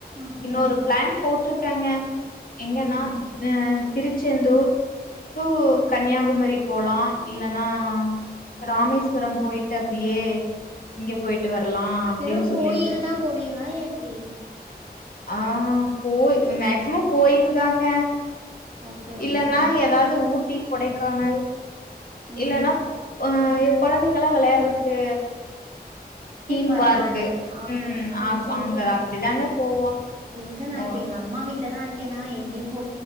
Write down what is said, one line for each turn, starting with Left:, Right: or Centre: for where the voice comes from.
Right: ஓகே
Left: இன்னொரு பிளான் போட்டிருக்கேங்க எங்கென்னா
Right: ம்
Left: ஹு திருச்செந்தூர்
Right: <inaudible>
Left: டூ கன்னியாகுமரி போகலா இல்லேன்னா ராமேஸ்வரம் போயிட்டு அப்டியே இங்க போயிட்டு வரலா அப்டின்னு
Right: வெறு
Left: சொல்லிட்டு
Right: கோயில் தா போவீங்ளா எப்டி
Left: ஆ கோ மேக்சிமம் கோயில் தாங்க
Right: ஓகே ஓகேங்க
Left: இல்லன்னா ஏதாவது ஊட்டி கொடைக்கானல்
Right: ம்
Left: இல்லன்னாப் அ கொழந்தைப் இங்களாம் வெளயாடுறத்துக்கு தீம்
Right: பார்க்
Left: பார்க்கு
Right: மாரி ஓகே
Left: உம்
Right: செரி செரி
Left: அங்க அப்டிதாங்க போவோ
Right: எங்க நா
Left: ஓ
Right: இப்ப எங்க அம்மா வீட்லதா இருக்கேன்னா எங்க ஏன் போ